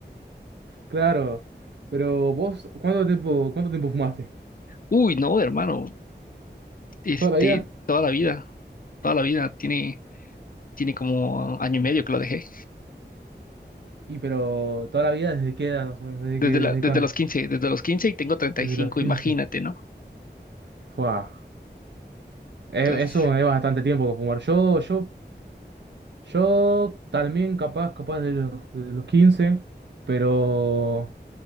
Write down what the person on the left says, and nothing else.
Uy, no, hermano, este,
toda la vida, toda la vida, tiene, tiene como año y medio que lo dejé.
Desde
la,
desde
los quince desde los quince y tengo treinta
y cinco
imagínate, ¿no?
Ya sé.